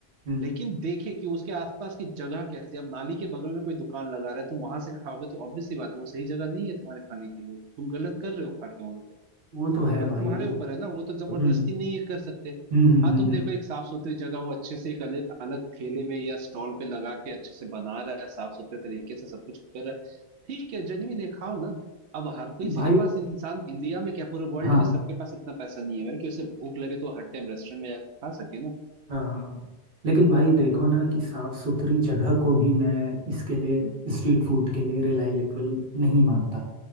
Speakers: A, on the right (about 60°); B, on the right (about 85°).
A: हम्म,
B: लेकिन देखे कि उसके आसपास की जगह कैसी है। अब नाली के बगल में कोई दुकान लगा रहा है तुम वहां से खाओगे तो ऑब्वियस सी बात है वो सही जगह नहीं है तुम्हारे खाने के लिए तुम गलत कर रहे हो खा के वहां पे
A: वो तो है
B: वो
A: भाई
B: तो तुम्हारे ऊपर
A: वो
B: है ना वो तो जबरदस्ती
A: हम्म
B: नहीं ये कर सकते
A: हम्म हम्म
B: हाँ
A: हम्म,
B: तुम
A: हम्म।
B: देखो एक साफ सुथरी जगह वो अच्छे से एक अलग अलग ठेले में या स्टॉल पे लगा के अच्छे से बना रहा है साफ सुथरे तरीके से सब कुछ कर रहा है ठीक है जेन्युइन है खाओ ना अब हर किसी
A: भाई
B: के पास इंसान इंडिया में क्या पूरे वर्ल्ड
A: हाँ
B: में सबके पास इतना पैसा नहीं है भाई कि उसे भूख लगे तो हर टाइम रेस्टोरेंट में जाकर खा सके ना
A: हाँ हाँ हाँ। लेकिन भाई देखो ना कि साफ सुथरी जगह को भी मैं इसके लिए स्ट्रीट फूड के लिए रिलायबल नहीं मानता